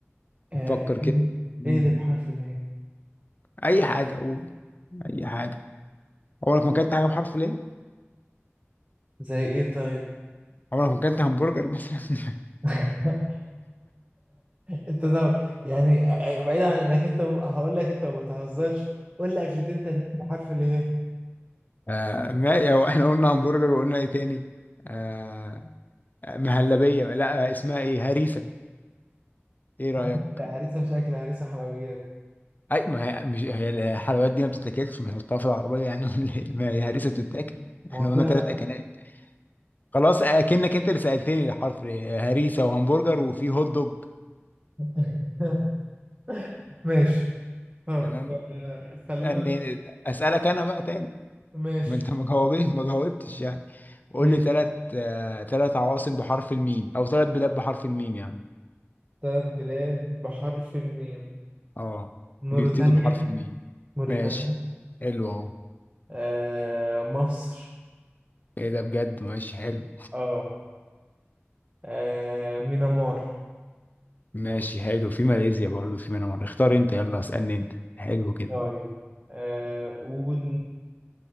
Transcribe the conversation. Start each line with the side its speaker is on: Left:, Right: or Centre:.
Right: آه
Left: نفكر كده
Right: ايه
Left: مم.
Right: إيه اللي بحرف اله
Left: اي حاجه قول اي حاجه عمرك ما اكلت حاجه بحرف ليه
Right: زي ايه طيب
Left: عمرك ما اكلت همبرجر مثلا <laughs>
Right: <laughs> انت ده يعني آه، بعيد عن انك انت م- هقول لك انت ما بتهزرش قول لي اكلتين تانيين بحرف اله
Left: آه ما هو احنا قلنا همبرجر وقلنا ايه تاني آه مهلبيه لا اسمها ايه هريسه ايه رايك
Right: هريسه هريسه مش اكل هريسه حلويات
Left: اي ما هي مش هي الحلويات دي ما بتتاكلش ما هي في العربيه يعني <laughs> ولا إيه؟ ما هي هريسه بتتاكل
Right: ما
Left: احنا
Right: هو كده
Left: قلنا ثلاث
Right: انا بقى
Left: اكلات خلاص اكنك انت اللي سالتني الحرف ليه. هريسه وهمبرجر وفي هوت دوج
Right: <laughs> ماشي طب
Left: تمام
Right: آه، خلينا
Left: أن- اسالك انا بقى تاني
Right: ماشي
Left: ما انت ما جاوبت ما جاوبتش يعني قول
Right: ماشي
Left: لي ثلاث ثلاث عواصم بحرف الميم او ثلاث بلاد بحرف الميم يعني
Right: ثلاث بلاد بحرف الميم
Left: اه
Right: موريتانيا
Left: بيبتدوا بحرف الميم
Right: موريتانيا
Left: ماشي حلو اهو
Right: آه مصر
Left: ايه ده بجد ماشي حلو
Right: اه آه، مينامار
Left: ماشي حلو في ماليزيا برضو في منامار اختار انت يلا اسالني انت حلو كده
Right: طيب آه، قول